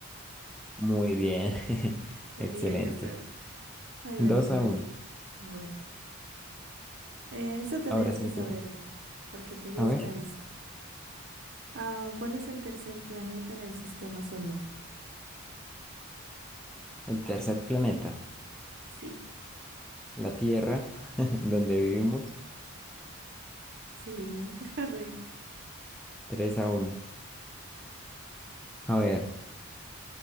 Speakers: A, in the centre; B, on the right (about 50°).
A: Muy bien. <laughs>
B: tenía
A: Excelente.
B: que ser. Ay,
A: 2
B: menos mal.
A: a uno.
B: Bueno, eh, eso tendrías
A: Ahora es
B: que
A: mi
B: saberlo,
A: turno.
B: porque te gusta
A: A ver.
B: esto. Ah, ¿cuál es el tercer planeta en el sistema solar?
A: El tercer planeta,
B: Sí,
A: la Tierra, <laughs> donde vivimos.
B: sí, <laughs> correcto.
A: Tres a uno. A ver,